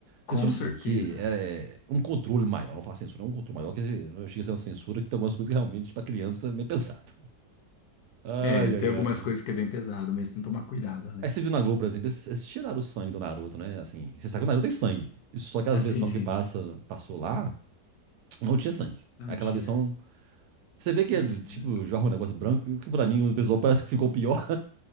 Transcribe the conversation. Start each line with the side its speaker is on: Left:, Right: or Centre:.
Right: Censura,
Left: com
Right: assim,
Left: certeza.
Right: que é é um controle maior. Não falar censura, é um controle maior, que chega a ser uma censura que tem algumas coisas que realmente, pra criança, é meio pesado. Ai,
Left: É,
Right: ai,
Left: tem algumas
Right: ai.
Left: coisas que é bem pesado, mas tem que tomar cuidado, né?
Right: Aí você viu na Globo, por exemplo, eles, eles tiraram o sangue do Naruto, né? Assim, você sabe que o Naruto tem sangue. Só que as
Left: Ah,
Right: versões
Left: sim, sim.
Right: que passa, passou lá, não tinha sangue.
Left: Não
Right: Aquela
Left: tinha.
Right: versão Você vê que
Left: Uhum.
Right: ele, tipo, joga um negócio branco, que pra mim o pessoal parece que ficou pior. <laughs>